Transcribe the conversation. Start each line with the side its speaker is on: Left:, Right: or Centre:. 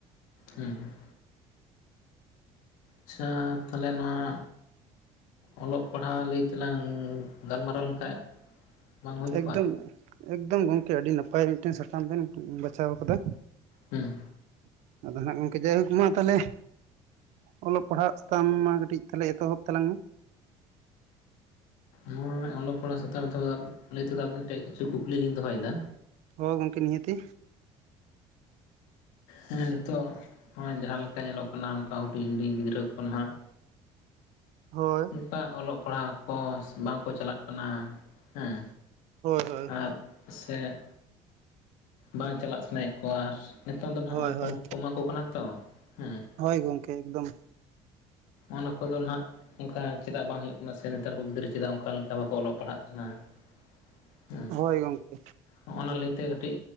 Left: ᱦᱩᱸ ᱦᱩᱸ ᱟᱪᱪᱷᱟ ᱛᱟᱦᱚᱞᱮ ᱱᱚᱣᱟ ᱚᱞᱚᱜ ᱯᱟᱲᱦᱟᱣ ᱞᱟᱹᱭ ᱛᱮᱞᱟᱝ ᱜᱟᱞᱢᱟᱨᱟᱣ ᱞᱮᱱᱠᱷᱟᱡ ᱵᱟᱝ ᱦᱩᱭ ᱠᱚᱜᱼᱟ?
Right: ᱮᱠᱫᱚᱢ ᱮᱠᱫᱚᱢ ᱜᱚᱢᱠᱮ ᱟᱹᱰᱤ ᱱᱟᱯᱟᱭ ᱢᱤᱫᱴᱮᱱ ᱥᱟᱛᱟᱢ ᱵᱮᱱ ᱵᱟᱪᱷᱟᱣ ᱠᱟᱫᱟ᱾
Left: ᱦᱩᱸ
Right: ᱟᱫᱚ ᱦᱟᱸᱜ ᱜᱚᱢᱠᱮ ᱡᱟᱭᱦᱳᱠ ᱢᱟ ᱛᱟᱦᱚᱞᱮ ᱚᱞᱚᱜ ᱯᱟᱲᱦᱟᱜ ᱪᱮᱛᱟᱱ ᱢᱟ ᱠᱟᱹᱴᱤᱡ ᱛᱟᱦᱚᱞᱮ ᱮᱛᱚᱦᱚᱵ ᱛᱟᱞᱟᱝ ᱢᱮ
Left: ᱱᱚᱣᱟ ᱚᱞᱚᱜ ᱯᱟᱲᱦᱟᱜ ᱥᱮᱛᱟᱜ ᱞᱟᱹᱭ ᱛᱮᱫᱚ ᱟᱵᱤᱱ ᱴᱮᱱ ᱠᱤᱪᱷᱩ ᱠᱩᱠᱞᱤ ᱞᱤᱧ ᱫᱚᱦᱚᱭᱮᱫᱟ
Right: ᱦᱚᱭ ᱜᱚᱢᱠᱮ ᱱᱤᱦᱟᱹᱛᱤ
Left: ᱦᱮᱸ ᱱᱤᱛᱚᱜ ᱱᱚᱜᱼᱚᱭ ᱡᱟᱦᱟᱸ ᱞᱮᱠᱟ ᱧᱮᱞᱚᱜ ᱠᱟᱱᱟ ᱚᱱᱠᱟ ᱦᱩᱰᱤᱧ ᱦᱩᱰᱤᱧ ᱜᱤᱫᱨᱟᱹ ᱠᱚ ᱱᱟᱦᱟᱜ
Right: ᱦᱳᱭ
Left: <unintelligible> ᱚᱞᱚᱜ ᱯᱟᱲᱦᱟᱜ ᱠᱚ ᱵᱟᱝ ᱠᱚ ᱪᱟᱞᱟᱜ ᱠᱟᱱᱟ ᱦᱮᱸ
Right: ᱦᱳᱭ ᱦᱳᱭ
Left: ᱟᱨ ᱥᱮ ᱵᱟᱝ ᱪᱟᱞᱟᱜ ᱥᱟᱱᱟᱭᱮᱫ ᱠᱚᱣᱟ ᱟᱨ ᱱᱮᱛᱟᱨ ᱫᱚ ᱦᱟᱜ
Right: ᱦᱳᱭ
Left: ᱯᱷᱳᱱ
Right: ᱦᱳᱭ
Left: ᱠᱚᱠᱚ ᱮᱢᱟ ᱠᱚ ᱠᱟᱱᱟ ᱛᱚ ᱦᱩᱸ
Right: ᱦᱳᱭ ᱜᱚᱢᱠᱮ ᱮᱠᱫᱚᱢ
Left: ᱚᱱᱟ ᱠᱚᱫᱚ ᱱᱟᱦᱟᱜ ᱚᱱᱠᱟ ᱪᱮᱫᱟᱜ ᱵᱟᱝ ᱦᱩᱭᱩᱜ ᱠᱟᱱᱟ ᱥᱮ ᱱᱮᱛᱟᱨ ᱠᱚ ᱜᱤᱫᱨᱟᱹ ᱪᱮᱫᱟᱜ ᱚᱱᱠᱟ ᱞᱮᱠᱟ ᱵᱟᱠᱚ ᱚᱞᱚᱜ ᱯᱟᱲᱦᱟᱜ ᱠᱟᱱᱟ ᱦᱩᱸ
Right: ᱦᱳᱭ ᱜᱚᱢᱠᱮ
Left: ᱦᱚᱸᱜᱼᱚ ᱱᱟ ᱞᱟᱹᱭᱛᱮ ᱠᱟᱹᱴᱤᱡ